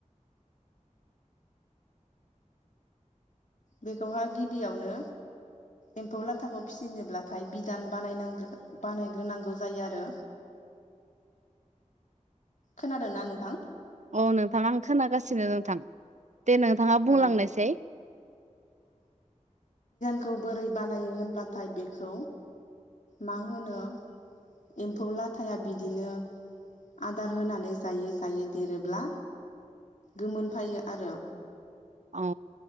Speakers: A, on the left; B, on the right.
A: बेखौहाय गिबियावनो एम्फौ लाथाखौ फिनोब्लाथाय बिदान बानायनांगो बानायग्रोनांगौ जायो आरो। खोनादों ना नोंथां?
B: औ नोंथां आं खोनागासिनो नोंथां। दे नोंथाङा बुंलांनायसाय।
A: औ खौ बोरै बानायो होनब्लाथाय बेखौ मा होनो एम्फौ लाथाया बिदिनो आदार होनानै जायै जायै देरोब्ला गोमोनफायो आरो।
B: औ